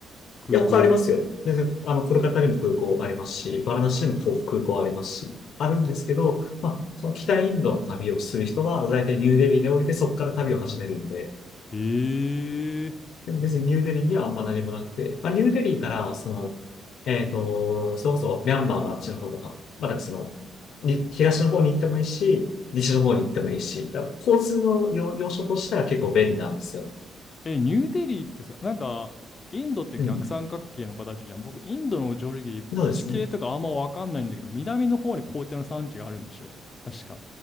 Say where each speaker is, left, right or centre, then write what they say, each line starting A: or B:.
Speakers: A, on the left; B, on the left.
A: 空港。
B: いや、他ありますよ。で、あの、コルカタにも空港ありますし、バラナシにも空港ありますし、あるんですけど、まあ、その北インドの旅をする人は、大体ニューデリーで降りて、そこから旅を始めるんで、
A: えー、
B: でも別にニューデリーにはあんま何もなくて、まあ、ニューデリーから、その、えっと、それこそミャンマーのあっちの方とか、まあ、だからその、に東の方に行ってもいいし、西の方に行ってもいいし、だから交通の要、要所としては結構便利なんですよ。
A: え、ニューデリーってさ、なんか、インドって逆三角形の形じゃん。
B: うん。
A: 僕、インドの正直、
B: そうですね。
A: 地形とかあんまわかんないんだけど、南の方に紅茶の産地があるんでしょ確か。